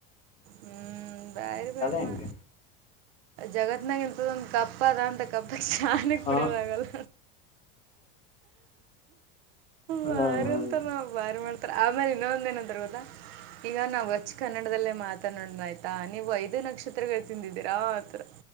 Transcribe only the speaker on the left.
ಹೆಂಗ
ಹ
ಹ್ಮ್